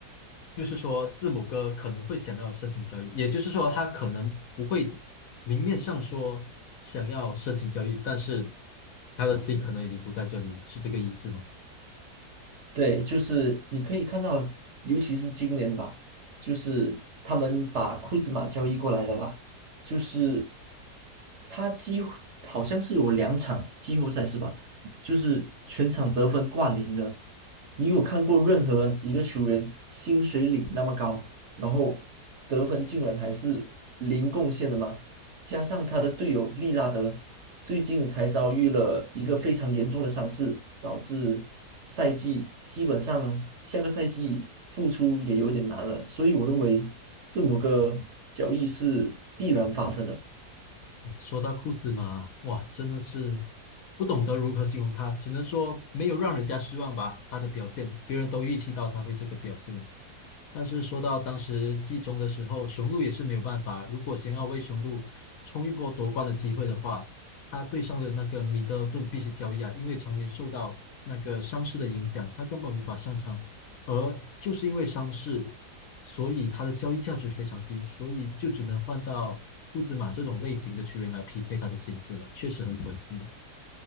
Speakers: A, on the left; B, on the right.
A: 就是说字母哥可能会想要申请交易，也就是说他可能不会明面上说想要申请交易，但是他的心可能已经不在这里了，是这个意思吗？
B: 对，就是你可以看到，尤其是今年吧，就是他们把库兹马交易过来了吧，就是他几乎好像是有两场季后赛是吧？就是全场得分挂零的。你有看过任何一个球员薪水领那么高，然后得分竟然还是零贡献的吗？加上他的队友利拉德最近才遭遇了一个非常严重的伤势，导致赛季基本上下个赛季复出也有点难了。所以我认为字母哥交易是必然发生的。
A: 说到库兹马，哇，真的是不懂得如何形容他，只能说没有让人家失望吧，他的表现，别人都预期到他会这个表现了。但是说到当时季中的时候，雄鹿也是没有办法。如果想要为雄鹿冲一波夺冠的机会的话，他对上的那个米德尔顿必须交易啊，因为常年受到那个伤势的影响，他根本无法上场。而就是因为伤势，所以他的交易价值非常低，所以就只能换到库兹马这种类型的球员来匹配他的薪资了，确实很可惜啊。